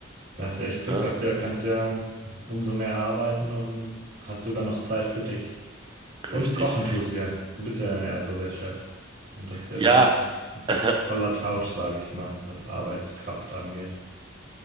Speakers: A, on the right (about 40°); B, on the right (about 20°).
A: Da hast du echt Glück
B: Ja,
A: gehabt. Ja, kannst ja umso mehr arbeiten und hast sogar noch Zeit für dich. Und
B: richtig.
A: kochen tust du ja. Du bist ja eher so der Chef. Und das ist ja
B: Ja,
A: dann ein
B: <laughs>
A: toller Tausch, sage ich mal, was Arbeitskraft angeht.